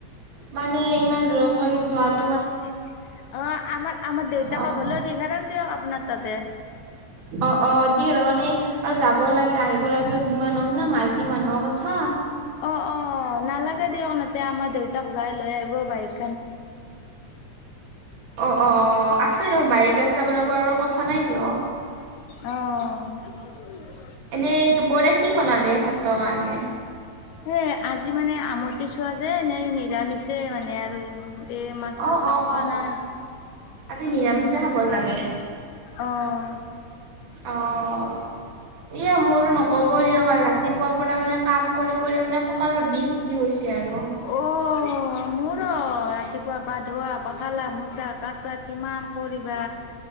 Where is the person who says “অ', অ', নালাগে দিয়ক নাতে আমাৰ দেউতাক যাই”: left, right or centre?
Left